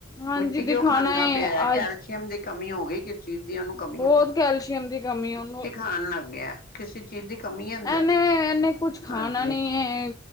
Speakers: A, on the left (about 15°); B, on the left (about 45°).
A: ਹਾਂਜੀ
B: ਮਿੱਟੀ ਕਿਉਂ
A: ਦਿਖਾਣਾ
B: ਖਾਂਦਾ ਪਿਆ ਹੈ ਕੈਲਸ਼ੀਅਮ
A: ਅੱਜ
B: ਦੀ ਕਮੀ ਹੋ ਗਈ ਕਿਸ ਚੀਜ਼ ਦੀ ਉਹਨੂੰ
A: ਬਹੁਤ
B: ਕਮੀ
A: ਕੈਲਸ਼ੀਅਮ ਦੀ ਕਮੀ ਉਹਨੂੰ ਹੈ।
B: ਆਉਣ ਲੱਗ ਗਿਆ ਕਿਸੇ ਚੀਜ਼ ਦੀ ਕਮੀ ਹੈ। ਅੰਦਰ
A: ਇਹਨੇ ਇਹਨੇ ਕੁਛ ਖਾਣਾ
B: ਹਾਂਜੀ
A: ਨੀ ਹੈ